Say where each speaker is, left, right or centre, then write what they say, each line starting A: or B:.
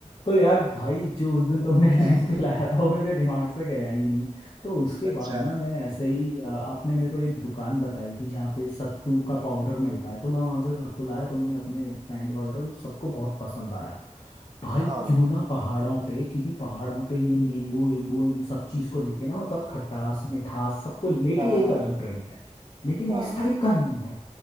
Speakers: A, on the left; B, on the right.
A: तो यार भाई जो उस दिन तुमने <laughs> ड्रिंक
B: हाँ
A: पिलाया था वो मेरे दिमाग से गया ही नहीं तो उसके बाद
B: अच्छा
A: ना मैं ऐसे ही अ, आपने मेरे को एक दुकान बताई थी जहाँ पे सत्तू का पाउडर मिलता है तो मैं वहाँ से सत्तू लाया तो मैंने अपने फ्रेंड वगैरह को सबको बहुत पसंद आया भाई
B: हाँ
A: क्यों ना पहाड़ों पे क्योंकि पहाड़ों पे ये नींबू वींबू इन सब चीज़ को लेके ना मतलब खटास मिठास सबको लेके
B: हाँ
A: एक
B: हाँ
A: अलग ड्रिंक है लेकिन
B: हाँ
A: इस टाइप का नहीं है